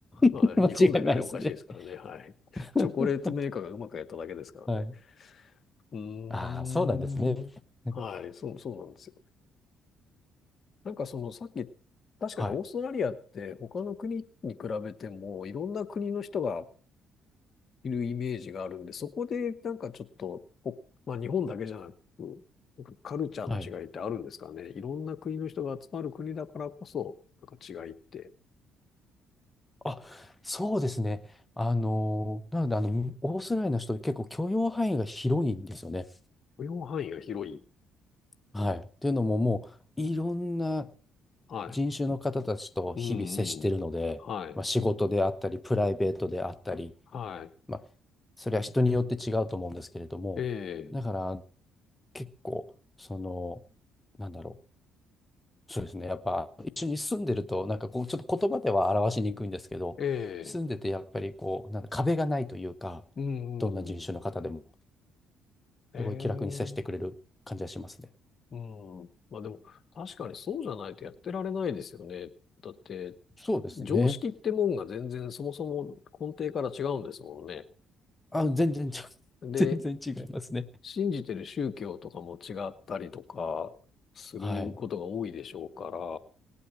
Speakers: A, on the left; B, on the left.
A: はい。
B: <laughs> 間違いないですね。
A: 日本だけあれおかしいですからね。はい。
B: <laughs>
A: チョコレートメーカーがうまくやっただけですからね。
B: はい。
A: うーん。
B: ああ、そうなんですね。<laughs>
A: はい、そう、そうなんですよ。なんかそのさっき、確かにオーストラリアって他の国に比べてもいろんな国の人が
B: はい。
A: いるイメージがあるんで、そこでなんかちょっと、おまあ日本だけじゃなく、なんかカルチャーの違いってあるんですかね。
B: はい。
A: いろんな国の人が集まる国だからこそ、なんか違いって、
B: あ、そうですね。あの、なので、あの、オーストラリアの人って結構許容範囲が広いんですよね。
A: 許容範囲が広い。
B: はい。っていうのももう、いろんな
A: はい。
B: 人種の方たちと日々接してるので、
A: うんうん。はい。
B: まあ、仕事であったり、プライベートであったり、
A: はい。
B: まあ、それは人によって違うと思うんですけれども、
A: え
B: だから
A: え、
B: 結構、その、なんだろう。そうですね。やっぱ一緒に住んでると、なんかこう、ちょっと言葉では表しにくいんですけど、
A: ええ、
B: 住んでてやっぱりこう、なんか壁がないというか、
A: うんうんうん。
B: どんな人種の方でも、
A: ええ。
B: すごい気楽に接してくれる感じがしますね。
A: うん。まあでも、確かにそうじゃないとやってられないですよね。だって、
B: そうですね。
A: 常識ってもんが全然そもそも根底から違うんですもんね。
B: あ、全然ちょ、<laughs>
A: で、
B: 全然違いますね。
A: 信じてる宗教とかも違ったりとかすることが多いでしょうから、
B: はい。